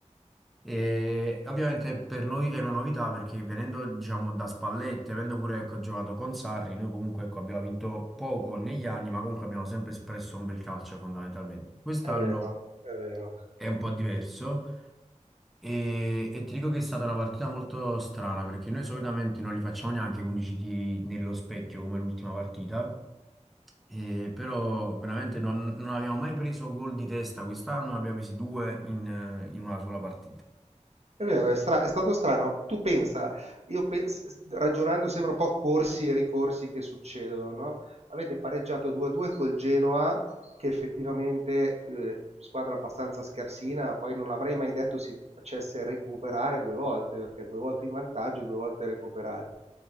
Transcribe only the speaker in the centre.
E ovviamente per noi è una novità perché venendo, diciamo, da Spalletti, avendo pure, ecco, giocato con Sarri, noi comunque, ecco, abbiamo vinto poco negli anni, ma comunque abbiamo sempre espresso un bel calcio fondamentalmente. Quest'anno
è un po' diverso e, e ti dico che è stata una partita molto strana perché noi solitamente non li facciamo neanche 11 tiri nello specchio come l'ultima partita. Eh, però veramente non, non abbiamo mai preso gol di testa quest'anno, ne abbiamo presi due in eh, in una sola partita.